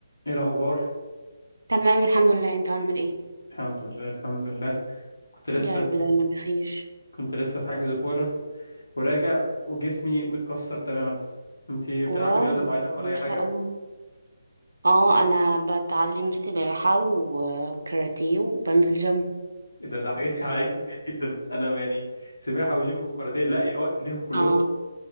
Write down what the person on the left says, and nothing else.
ايه الاخبار
الحمد لله الحمد لله كنت لسه
في
كنت لسه في حجز كوره وراجع وجسمي متكسر تماما انت بتلعبي
رياضه معينه ولا
اي حاجه
<laughs> إيه ده ده حاجات حاجات كتير جدا انا يعني سباحه وجيم وكاراتيه لا يا وقت ليهم كلهم